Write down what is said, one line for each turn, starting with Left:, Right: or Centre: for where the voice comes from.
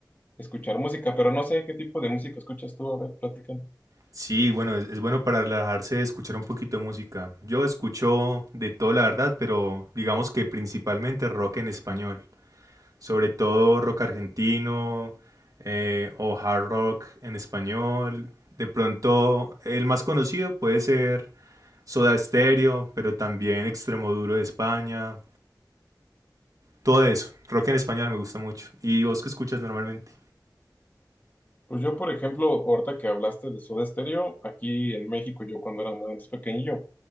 Left: escuchar música, pero no sé qué tipo de música escuchas tú, a ver, platícame.
Right: Sí, bueno, es, es bueno para relajarse escuchar un poquito de música. Yo escucho de todo, la verdad, pero digamos que principalmente rock en español. Sobre todo rock argentino eh, o hard rock en español. De pronto, el más conocido puede ser Soda Stereo, pero también Extremoduro de España. Todo eso. Rock en español me gusta mucho. ¿Y vos qué escuchas normalmente?
Left: Pues yo, por ejemplo, ahorita que hablaste de Soda Stereo, aquí en México, yo cuando era más pequeñillo,